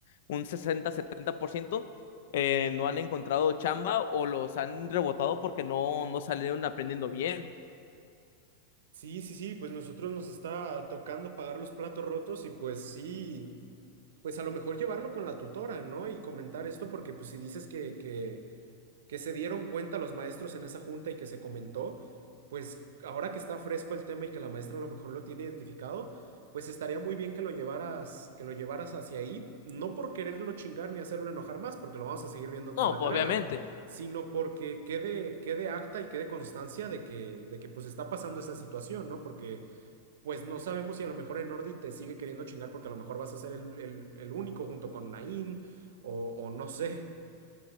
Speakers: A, on the left; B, on the right.
A: un 60-70%, eh, no han encontrado chamba o los han rebotado porque no, no salieron aprendiendo bien.
B: Sí, sí, sí, pues nosotros nos está tocando pagar los platos rotos y pues sí, pues a lo mejor llevarlo con la tutora, ¿no? Y comentar esto porque pues si dices que, que, que se dieron cuenta los maestros en esa junta y que se comentó, pues ahora que está fresco el tema y que la maestra a lo mejor lo tiene identificado, pues estaría muy bien que lo llevaras, que lo llevaras hacia ahí, no por quererlo chingar ni hacerlo enojar más, porque lo vamos a seguir viendo
A: No,
B: toda la
A: pues
B: carrera,
A: obviamente.
B: sino porque quede, quede acta y quede constancia de que, de que pues está pasando esa situación, ¿no? Porque pues no sabemos si a lo mejor Enordi te sigue queriendo chingar porque a lo mejor vas a ser el, el- el único junto con Nain o o no sé.